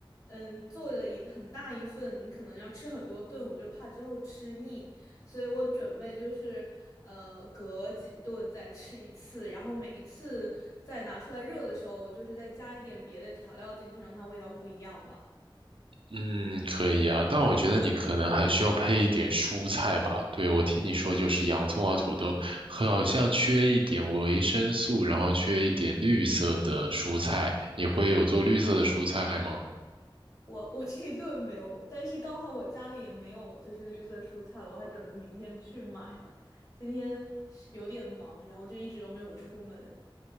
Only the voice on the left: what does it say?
嗯，做了一很大一份，你可能要吃很多顿，我就怕之后吃腻，所以我准备就是呃隔几顿再吃一次，然后每一次再拿出来热的时候，我就是再加一点别的调料进去，让它味道不一样吧。
我我这一顿没有，但是刚好我家里也没有就是绿色蔬菜，我还准备明天去买呢。今天是有点忙，然后就一直都没有出门。